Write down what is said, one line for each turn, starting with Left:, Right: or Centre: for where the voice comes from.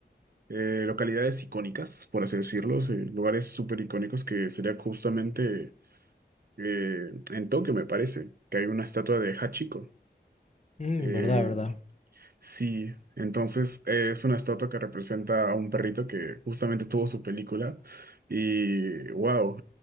Right: eh, localidades icónicas, por así decirlo, eh, lugares súper icónicos que sería justamente eh, en Tokio, me parece, que hay una estatua de Hachiko.
Left: Mm,
Right: eh,
Left: verdad, verdad.
Right: Sí, entonces eh, es una estatua que representa a un perrito que justamente tuvo su película y wow,